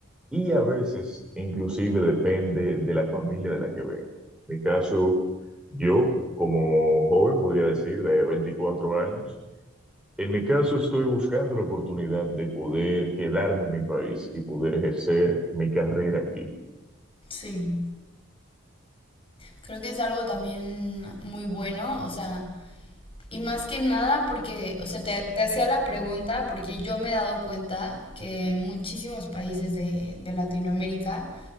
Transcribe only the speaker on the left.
Sí. Creo que es algo también muy bueno, o sea, y más que nada porque, o sea, te, te hacía la pregunta porque yo me he dado cuenta que en muchísimos países de, de Latinoamérica